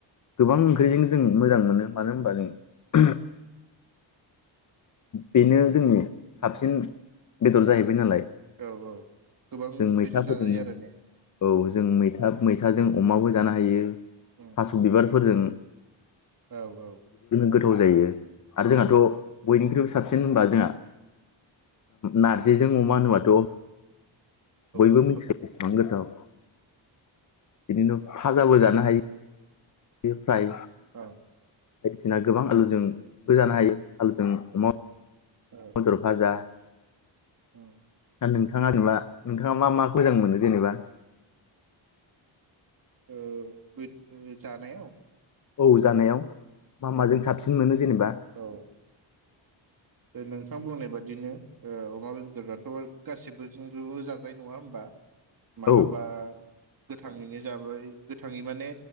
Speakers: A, on the left; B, on the right.
A: गोबां ओंख्रिजों जों मोजां मोनो मानो होनबा जों बेनो जोंनि साबसिन बेदर जाहैबाय नालाय।
B: औ औ गोबां
A: जों
B: ओंख्रिजों
A: मैथाफोरजों
B: जाजायो आरो ने
A: औ जों मैथा मैथाजों अमाबो जानो हायो
B: औ
A: थास' बिबार फोरजों
B: औ औ।
A: गोथाव जायो आरो जोंहाथ' बयनिख्रुइबो साबसिन होनबा जोंहा नारजिजों अमा होनोबाथ' बयबो
B: औ
A: मिथिखायो एसेबां गोथाव। बिदिनो फाजाबो जानो हायो। <unintelligible> फ्राय
B: औ औ
A: बायदिसिना गोबां
B: औ
A: आलुजों बो जानो हायो हालुजों अमा
B: ओ
A: मा दर फाजा
B: ओ
A: दा नोंथाङा जेनेबा नोंथाङा मा मा मोजां मोनो जेनेबा
B: ओ बै जानायाव
A: औ जानायाव मा माजों साबसिन मोनो? जेनेबा
B: औ नोंथां बुंनाय बादिनो ओ अमा बेदरआथ‌' गासिबोजोंबो जाजायो नङा होमबा। मालाबा
A: औ
B: गोथाङैनो जाबाय गोथाङै माने